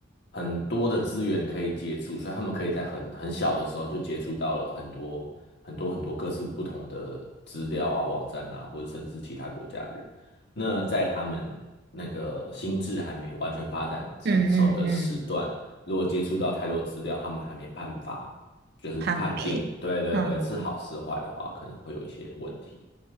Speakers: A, on the left; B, on the right.
A: 很多的资源可以接触，所以他们可以在很很小的时候就接触到了很多很多很多各式不同的资料啊、网站啊，或者甚至是其他国家的人。那在他们那个心智还没完全发展成熟的时段，
B: 嗯嗯嗯，嗯
A: 如果接触到太多资料，他们还没办法就是判定，
B: 判别，
A: 对对对，
B: 嗯。
A: 是好是坏的话，可能会有一些问题。